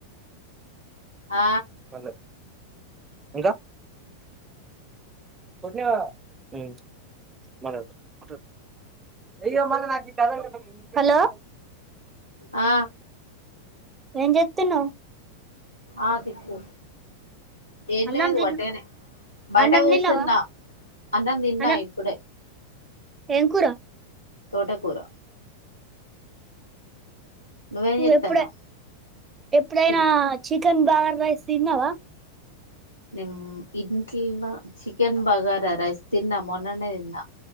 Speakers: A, on the left; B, on the right.
A: ఆ
B: పర్లే ఇంకా కొట్టినవ మ్ మల్ల గొట్టు కొట్టు ఏయ మల్ల నాకు ఇ కథలు పెట్టకు హలో
A: ఆ
B: ఏం జేత్తున్నవ్
A: ఆ తిప్పు ఏం
B: అన్నం
A: లేదు
B: తిన్
A: ఒటిగనే బయట
B: అన్నం
A: కూసున్నా
B: తిన్నావా
A: అన్నం తిన్నా
B: అన్న
A: ఇప్పుడే
B: ఏం కూర
A: తోటకూర నువ్వేం
B: నువ్వు
A: చేత్తన్నావ్
B: ఎప్పుడ ఎప్పుడైనా
A: తిన్
B: చి కన్ బగార రైస్ తిన్నావా
A: నిన్ ఇంట్ల చికెన్ బగారా రైస్ తిన్నా మొన్ననే తిన్నా